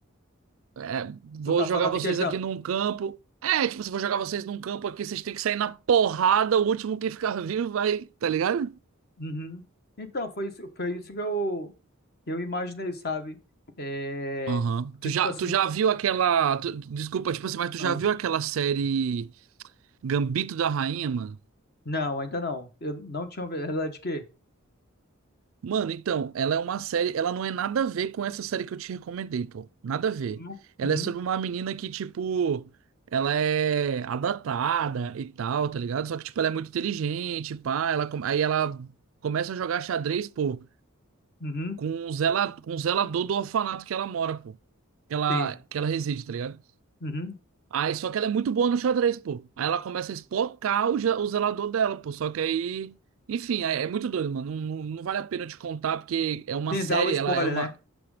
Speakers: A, on the right; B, on the left.
A: é, vou
B: Tu tá
A: jogar
B: falando
A: vocês
B: em questão.
A: aqui num campo. É, tipo, se eu vou jogar vocês num campo aqui, vocês têm que sair na porrada, o último que ficar vivo vai, tá ligado?
B: Uhum. Então, foi isso, foi isso que eu, que eu imaginei, sabe? É,
A: Aham.
B: porque,
A: Tu
B: tipo
A: já,
B: assim.
A: tu já viu aquela. tu- desculpa, tipo assim, mas tu
B: Ah.
A: já viu aquela série Gambito da Rainha, mano?
B: Não, ainda não. Eu não tinha. ouvido. Ela é de quê?
A: Mano, então, ela é uma série, ela não é nada a ver com essa série que eu te recomendei, pô. Nada a ver.
B: Uhum.
A: Ela
B: Uhum.
A: é sobre uma menina que, tipo, ela é adaptada e tal, tá ligado? Só que, tipo, ela é muito inteligente, pá. Ela, come- aí ela começa a jogar xadrez, pô,
B: Uhum.
A: com o zela, com o zelador do orfanato que ela mora, pô. Que ela,
B: Sim.
A: que ela reside, tá ligado?
B: Uhum.
A: Aí, só que ela é muito boa no xadrez, pô. Aí ela começa a espocar o, ge- o zelador dela, pô. Só que aí. Enfim, é, é muito doido, mano. Não, não, não vale a pena eu te contar, porque é uma
B: Sim,
A: série,
B: dá o spoiler,
A: ela é uma.
B: né?